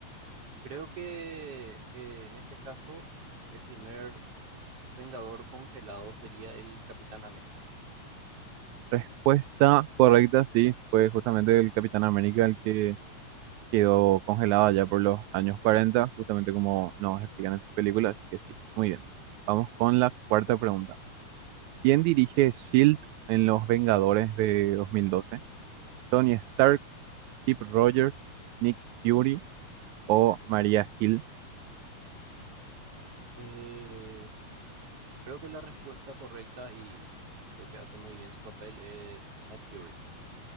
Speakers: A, on the right (about 50°); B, on the right (about 80°).
A: Creo que eh, en este caso, el primer Vengador congelado sería el Capitán América.
B: Respuesta correcta, sí, fue justamente el Capitán América el que quedó congelado allá por los años 40, justamente como nos explican en su película, así que sí, muy bien. Vamos con la cuarta pregunta. ¿Quién dirige SHIELD en Los Vengadores de 2012? ¿Tony Stark, Steve Rogers, Nick Fury o Maria Hill?
A: Eh, creo que la respuesta correcta y creo que hace muy bien su papel es Nick Fury.